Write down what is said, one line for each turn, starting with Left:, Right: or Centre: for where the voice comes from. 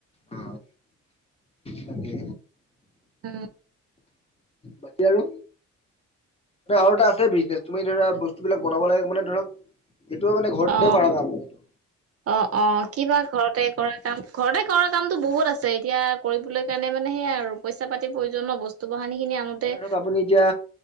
Left: অ, তাকে।
Right: অ।
Left: বাকী আৰু আৰু এটা আছে বিজনেছ তুমি ধৰা বস্তু বিলাক বনাব লাগে মানে ধৰক এইটো মানে ঘৰতে
Right: অ,
Left: কৰা কাম মানে এইটো
Right: অ, অ কিবা ঘৰতে কৰা কাম ঘৰতে কৰা কামটো বহুত আছে এতিয়া কৰিবলৈ কাৰণে মানে সেইয়া আৰু পইচা পাতিৰ প্ৰয়োজন বস্তু। হানি খিনি আনোতে
Left: মানে ধৰক আপুনি এতিয়া